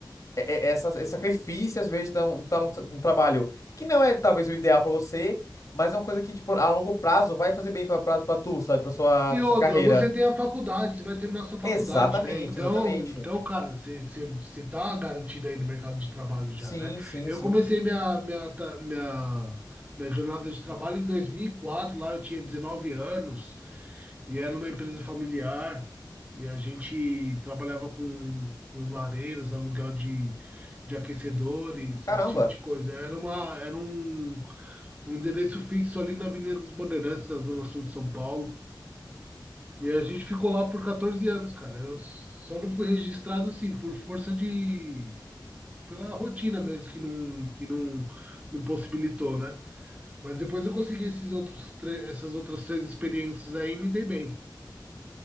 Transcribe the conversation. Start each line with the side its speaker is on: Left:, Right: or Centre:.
Left: é- é- essa, esse sacrifício, às vezes, de tá, um- tá num, tra- um trabalho que não é talvez o ideal pra você, mas é uma coisa que, tipo, a longo prazo vai fazer bem pra, pra, pra tu, sabe? Pra sua,
Right: E
Left: pra
Right: outra,
Left: sua carreira.
Right: você tem a faculdade, você vai terminar sua faculdade,
Left: Exatamente,
Right: né? Então,
Left: exatamente.
Right: então, cara, você, você, você tá garantido aí no mercado de trabalho já,
Left: Sim,
Right: né?
Left: sim,
Right: Eu
Left: sim.
Right: comecei minha, minha, ta- minha, minha jornada de trabalho em 2004, lá eu tinha 19 anos. E era uma empresa familiar, e a gente trabalhava com, com lareiras, aluguel de, de aquecedores,
Left: Caramba.
Right: esse tipo de coisa. Era uma, era um, um endereço fixo ali na Avenida dos Bandeirantes, na Zona Sul de São Paulo. E a gente ficou lá por 14 anos, cara. Eu só não fui registrado assim, por força de. pela rotina mesmo, que não, que não, não possibilitou, né? Mas depois eu consegui esses outros, tre- essas outras três experiências aí e me dei bem.